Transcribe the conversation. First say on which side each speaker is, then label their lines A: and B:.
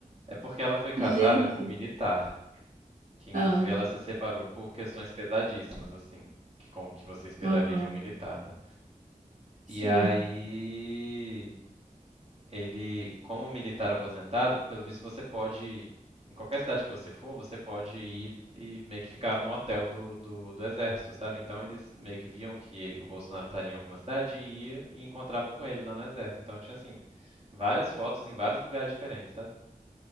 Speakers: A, on the right (about 45°); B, on the right (about 60°).
A: É porque ela foi casada
B: Gente.
A: com um militar. Que inclusive
B: Ah,
A: ela se separou por questões pesadíssimas, assim, que como que você esperaria
B: aham,
A: de um militar, né?
B: sim.
A: E aí ele, como militar aposentado, pelo visto você pode, em qualquer cidade que você for, você pode ir e meio que ficar no hotel do, do, do exército, sabe? Então eles meio que viam que o Bolsonaro estaria em alguma cidade e ia e encontrava com ele lá no exército. Então tinha assim, várias fotos em vários lugares diferentes, sabe?